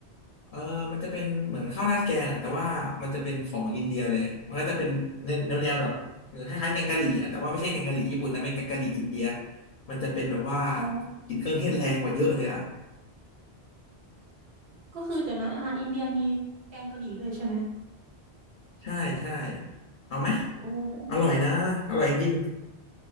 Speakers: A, on the left; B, on the right.
A: เออมันจะเป็นเหมือนข้าวราดแกงอะแต่ว่ามันจะเป็นของอินเดียเลยมันก็จะเป็นแนวแนวแบบคล้ายๆแกงกะหรี่อะแต่ว่าไม่ใช่แกงกะหรี่ญี่ปุ่นนะเป็นแกงกะหรี่อินเดียมันจะเป็นแบบว่า
B: อ๋อ
A: กินเครื่องเทศแรงกว่าเยอะเลยอะ
B: ก็คือเดี๋ยวนะอาหารอินเดียมีแกงกะหรี่ด้วยใช่ไหม
A: ใช่ใช่เอาไหม
B: โอ้แต่
A: อร่อยนะอร่อยจริง